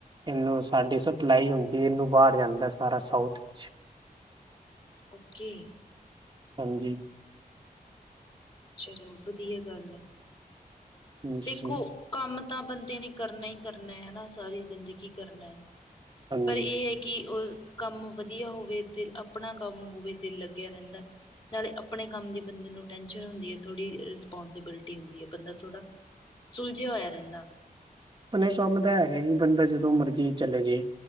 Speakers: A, on the right (about 30°); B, on the left (about 30°).
A: ਇਹਨੂੰ ਸਾਡੀ ਸਪਲਾਈ ਹੁੰਦੀ ਇਹਨੂੰ ਬਾਹਰ ਜਾਂਦਾ ਸਾਰਾ ਸਾਊਥ ਵਿੱਚ। <inaudible>
B: ਓਕੇ
A: ਹਾਂਜੀ
B: ਚਲੋ ਵਧੀਆ ਗੱਲ ਐ।
A: ਹਾਂਜੀ
B: ਦੇਖੋ ਕੰਮ ਤਾਂ ਬੰਦੇ ਨੇ ਕਰਨਾ ਹੀ ਕਰਨਾ ਹਨਾ, ਸਾਰੀ ਜ਼ਿੰਦਗੀ ਕਰਨਾ ਹੈ।
A: ਹਾਂਜੀ
B: ਪਰ ਇਹ ਹੈ ਕਿ ਉਹ ਕੰਮ ਵਧੀਆ ਹੋਵੇ ਦਿਲ ਆਪਣਾ ਕੰਮ ਹੋਵੇ ਦਿਲ ਲੱਗਿਆਂ ਰਹਿੰਦਾ। ਨਾਲੇ ਆਪਣੇ ਕੰਮ ਦੀ ਬੰਦੇ ਨੂੰ ਟੈਸ਼ਨ ਹੁੰਦੀ ਹੈ। ਥੋੜ੍ਹੀ ਰਿਸਪੋਂਸੀਬਿਲਟੀ ਹੁੰਦੀ ਹੈ ਬੰਦਾ ਥੋੜਾ। ਸੁਲਝਿਆ ਹੋਇਆ ਰਹਿੰਦਾ
A: ਹੁ ਇਹ ਕੰਮ ਤਾਂ ਹੈਗਾ ਹੀ ਬੰਦਾ ਜਦੋਂ ਮਰਜ਼ੀ ਚਲੇ ਜੇ।